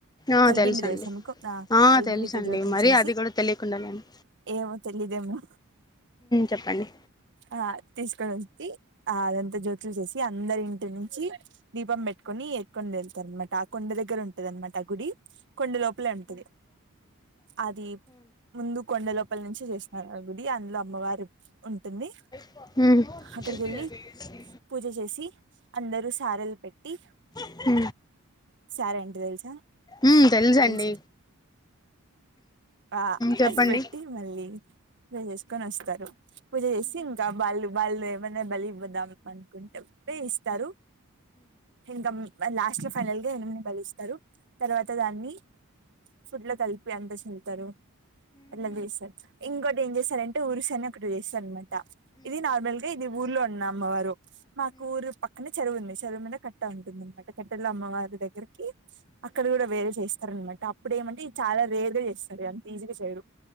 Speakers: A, on the left; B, on the right.
A: ఆ
B: సల్బిండి
A: తెలుసండి
B: తెల్సా మీకు
A: ఆ
B: సల్బిండితో
A: తెలుసండి
B: జోతి
A: మరి
B: చ్చేసి
A: అది కూడా తెలియకుండాలేను
B: ఏమో తెలియదేమో
A: చెప్పండి
B: ఆ తీసుకొని వచ్చి ఆ అదంత జ్యోతులు చేసి అందరి ఇంటి నుంచి దీపం పెట్టుకొని ఎత్తుకొని వెళ్తారన్నమాట ఆ కొండ దగ్గర ఉంటదన్నమాట ఆ గుడి కొండ లోపలే ఉంటది అది ముందు కొండ లోపల నుంచి చేసినారు ఆ గుడి అందులో అమ్మవారు ఉంటుంది
A: ఉ
B: అక్కడికి వెళ్ళి పూజ చేసి అందరూ సారలు పెట్టి
A: ఉ
B: సారే అంటే తెలుసా
A: ఉ తెలుసండి
B: తెలుసు ఆ
A: చెప్పండి
B: అదిబెట్టి మళ్ళీ పూజ చేసుకొని వస్తారు పూజ చేసి ఇంకా బళ్ళు బళ మన బలి ఇవ్వొద్దు ఆమె పండుకునేటప్పుడే ఇస్తారు ఇంకా లాస్ట్ లో ఫైనల్ గా ఎనిమిని బలిస్తరు తర్వాత దాన్ని ఫుడ్లో కలిపి అంత వెళ్తరు అట్ల చేస్తరు ఇంకోటి ఏం చేస్తరంటే ఊరుసు అని ఒకటి చేస్తరన్నమాట ఇది నార్మల్ గా ఇది ఊర్లో ఉన్న అమ్మవారు మాకు ఊరు పక్కనే చెరువు ఉంది చెరువు మీద కట్ట ఉంటుంది అన్నమాట కట్టలో అమ్మవారి దగ్గరికి అక్కడ కూడా వేరే చేస్తారనమాట అప్పుడు ఏమంటే ఇది చాలా రేర్గ చే స్తరు అంతీజిగ చేయరు